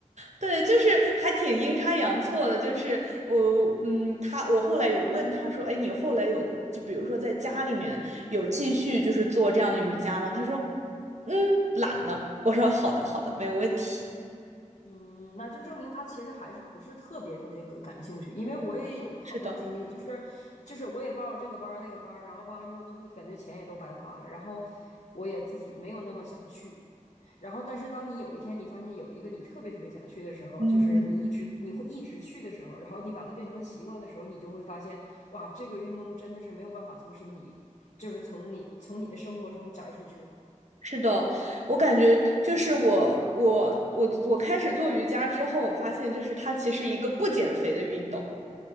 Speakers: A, on the right; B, on the left.
A: 对，就是还挺阴差阳错的，就是我，嗯，他，我后来有问他说，哎，你后来有，就比如说在家里面有继续就是做这样的瑜伽吗？他说，嗯，懒呢。我说好的，好的，没有问题。
B: 嗯，那就证明他其实还是不是特别那个感兴趣，因为我也有好多经历，
A: 是的。
B: 就是就是我也报了这个班儿那个班儿，然后报完之后，最后感觉钱也都白花了，然后我也自己没有那么想去，然后，但是当你有一天你发现有一个你特别特别想去的时候，
A: 嗯，
B: 就是你一直你会一直去的时候，然后你把它变成习惯的时候，你就会发现，哇，这个运动真的是没有办法从身体，就是从你从你的生活中摘出去了。
A: 是的，我感觉就是我我我我开始做瑜伽之后，我发现就是它其实一个不减肥的运动。